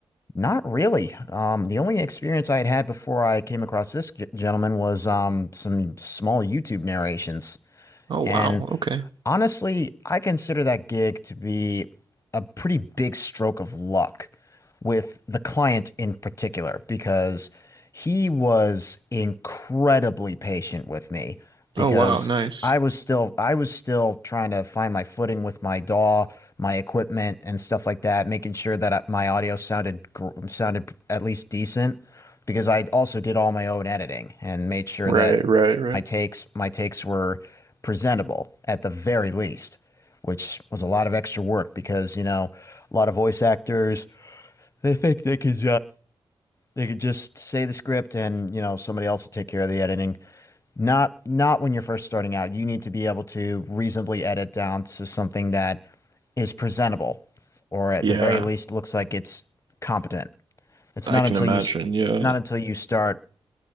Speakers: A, on the left (about 30°); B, on the right (about 55°).
A: Not really. Um, the only experience I had had before I came across this g- gentleman was um, some small YouTube narrations.
B: Oh
A: And
B: wow, okay.
A: Honestly, I consider that gig to be a pretty big stroke of luck with the client in particular because he was incredibly patient with me because
B: Oh wow, nice.
A: I was still I was still trying to find my footing with my DAW, my equipment and stuff like that, making sure that uh, my audio sounded gr- sounded at least decent because I also did all my own editing and made sure
B: Right,
A: that
B: right, right.
A: my takes my takes were presentable at the very least, which was a lot of extra work because, you know, a lot of voice actors, they think they could they could just say the script and, you know, somebody else will take care of the editing. Not not when you're first starting out. You need to be able to reasonably edit down to something that is presentable or at
B: Yeah,
A: the very least looks like it's competent. It's
B: I
A: not
B: can
A: until
B: imagine.
A: you
B: Yeah.
A: not until you start